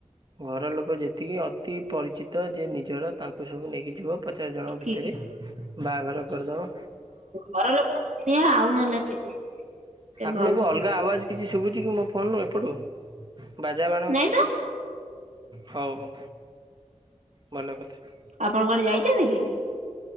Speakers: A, on the right; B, on the right.
A: ଘର ଲୋକ ଯେତିକି ଅତି ପରିଚିତ ଯେ ନିଜର ତାଙ୍କୁ ସବୁ ନେଇକି ଯିବ ପଚାଶ ଜଣଙ୍କ ଭିତରେ
B: କି
A: ବାହାଘର କରିଦେବ।
B: ଘରଲୋକଙ୍କୁ ନିଅ ଆଉ ନହେଲେକି ସେ
A: ଆପଣଙ୍କୁ
B: ବନ୍ଧୁ
A: ଅଲଗା ଆବାଜ କିଛି ଶୁଭୁଛି କି ମୋ ଫୋନ୍ରରୁ ଏପଟୁ ବାଜା ବାଣ?
B: ନାଇଁ ତ
A: ହଉ ହଉ ଭଲ କଥା।
B: ଆପଣଙ୍କ କୁଆଡେ ଯାଇଛନ୍ତିଛନ୍ତି କି?